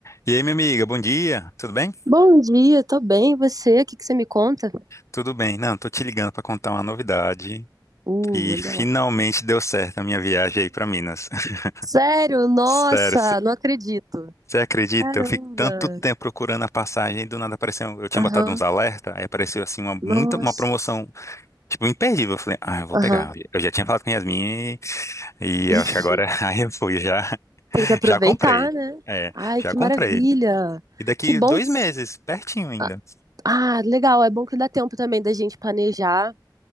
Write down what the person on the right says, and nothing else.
Bom dia, tô bem. E você? O que que você me conta?
Uh,
olha
lá.
Sério? Nossa,
não acredito.
Caramba.
Aham.
Nossa.
Aham.
Ih,
tem que aproveitar,
né?
Ai,
que
maravilha.
Que bom.
que-
Ah, ah, legal. É bom que dá tempo também da gente planejar.